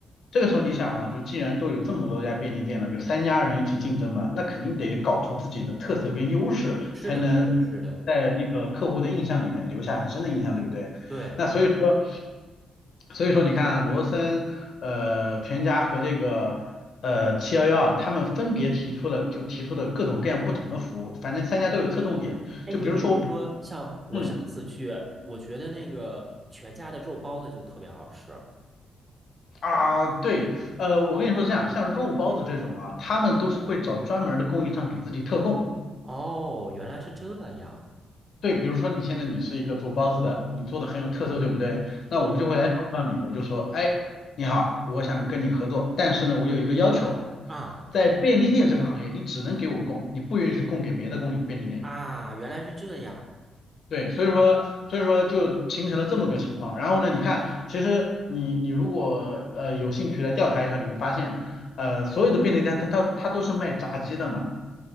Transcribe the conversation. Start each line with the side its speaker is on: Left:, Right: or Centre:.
Left: 这个时候你想啊，就既然都有这么多家便利店了，有三家人一起竞争嘛，那肯定得搞出自己的特色跟优势，
Right: 是的，
Left: 才能在那个客户的印象里面留下很深的印象，
Right: 是的，是的，
Left: 对不对？
Right: 对。
Left: 那所以说，所以说你看啊罗森、呃全家和这个呃七幺幺啊，他们分别提出了就提出的各种各样不同的服务，反正三家都有侧重点。
Right: 哎，
Left: 就比如说我比，
Right: 你比如说像我上次去，
Left: 嗯
Right: 我觉得那个全家的肉包子就特别好吃。
Left: 啊对，呃我跟你说是这样，像肉包子这种啊，他们都是会找专门的供应商给自己特供。
Right: 哦，原来是这样。
Left: 对，比如说你现在你是一个做包子的，你做的很有特色，对不对？那我就会来找到你，
Right: 对
Left: 我就说，哎，你好，我想跟你合作，但是呢，我有一个要求，
Right: 啊
Left: 在便利店这个行业，你只能给我供，你不允许供给别的供利便利店。
Right: 啊，原来是这样。
Left: 对，所以说，所以说就形成了这么个情况。然后呢，你看，其实你你如果呃有兴趣来调查一下，你会发现，呃，所有的便利店它它它都是卖炸鸡的嘛，